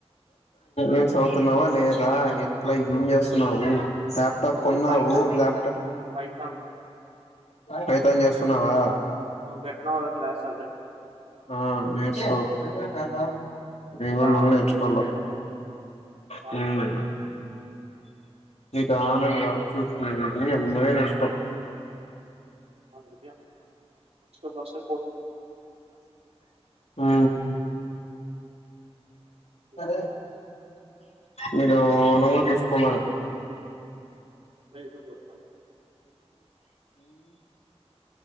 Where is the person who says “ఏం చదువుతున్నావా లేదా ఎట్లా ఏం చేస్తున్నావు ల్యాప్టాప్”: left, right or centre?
Left